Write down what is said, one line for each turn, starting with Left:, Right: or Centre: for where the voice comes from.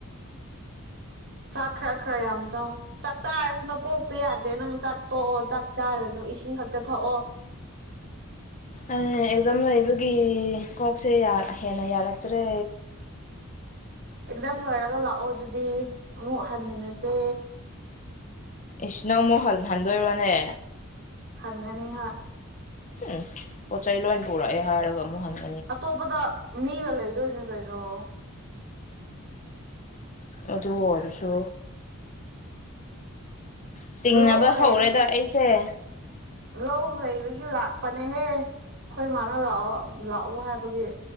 Right: ꯆꯥꯛ ꯈꯔꯥ ꯈꯔꯥ ꯌꯥꯝ ꯆꯥꯑꯣ ꯆꯥꯛ ꯆꯥꯔꯁꯨ ꯅꯪ ꯀꯣꯛꯇꯨ ꯌꯥꯗ꯭ꯔꯦ ꯅꯪ ꯆꯥꯛ ꯇꯣꯛꯑꯣ ꯆꯥꯛ ꯆꯥꯔꯅꯨ ꯏꯁꯤꯡ ꯈꯛꯇ ꯊꯛꯑꯣ
Left: ꯑ ꯑꯦꯛꯖꯥꯝ ꯂꯩꯕꯒꯤ ꯀꯣꯛꯁꯦ ꯍꯦꯟꯅ ꯌꯥꯔꯛꯇ꯭ꯔꯦ
Right: ꯑꯦꯛꯖꯥꯝ ꯂꯣꯏꯔꯒ ꯂꯥꯛꯑꯣ ꯑꯗꯨꯗꯤ ꯑꯃꯨꯛ ꯍꯟꯃꯤꯟꯅꯁꯦ
Left: ꯏꯁꯤ ꯅꯪ ꯑꯃꯨꯛ ꯍꯜꯍꯟꯗꯣꯏꯔꯣꯅꯦ
Right: ꯍꯟꯒꯥꯅꯤ ꯍꯥ
Left: ꯎꯝ ꯄꯣꯠ ꯆꯩꯩ ꯂꯣꯏ ꯄꯨꯔꯛꯑꯦ ꯍꯥꯏꯔꯒ ꯑꯃꯨꯛ ꯍꯪꯉꯦ
Right: ꯑꯇꯣꯞꯄꯗ ꯃꯤꯒ ꯂꯩꯗꯣꯏꯅꯦ ꯀꯩꯅꯣ
Left: ꯑꯗꯨ ꯑꯣꯏꯔꯁꯨ ꯆꯤꯡꯅꯕ
Right: ꯂꯎ
Left: ꯍꯧꯔꯦꯗ
Right: ꯂꯩꯏꯕꯒ
Left: ꯑꯩꯁꯦ
Right: ꯂꯧ ꯂꯩꯕꯒꯤ ꯂꯥꯛꯄꯅꯦꯍꯦ ꯑꯩꯈꯣꯏ ꯃꯥꯅ ꯂꯥꯛꯑꯣ ꯂꯥꯛꯑꯣ ꯍꯥꯏꯕꯒꯤ